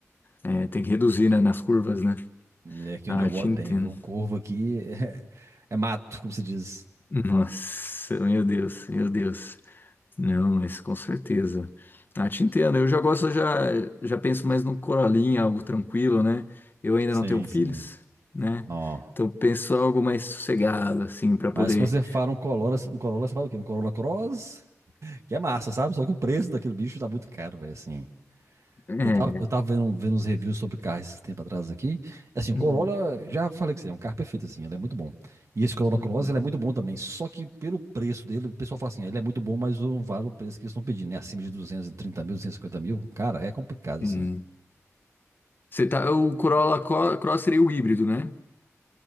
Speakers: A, on the left (about 40°); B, on the right (about 70°).
A: É, tem que reduzir, né, nas curvas, né?
B: E aqui
A: Ah,
B: onde eu moro
A: te entendo.
B: tem, viu? Curva aqui <laughs> é, é mato, como se diz.
A: Nossa, meu Deus, meu Deus. Não, mas com certeza. Ah, te entendo. Eu já gosto, eu já, já penso mais no Coralinho, algo tranquilo, né? Eu ainda
B: Sim,
A: não tenho filhos,
B: sim.
A: né?
B: Ó.
A: Então penso algo mais sossegado, assim, para poder.
B: Mas quando você fala um Corolla, um Corolla, você fala o quê? Um Corolla Cross, que é massa, sabe? Só que o preço daquele bicho tá muito caro, velho, assim.
A: É.
B: Eu tava, eu tava vendo, vendo uns reviews sobre carros esse tempo atrás aqui. Assim, o
A: Uhum,
B: Corolla, já falei que você é um carro perfeito, assim, ele é muito bom. E esse Corolla
A: uhum.
B: Cross, ele é muito bom também. Só que pelo preço dele, o pessoal fala assim, ah, ele é muito bom, mas não vale o preço que eles estão pedindo, né? Acima de 230 mil, 250 mil. Cara, é complicado,
A: Sim.
B: assim.
A: Você tá, o Corolla Co- Cross seria o híbrido, né?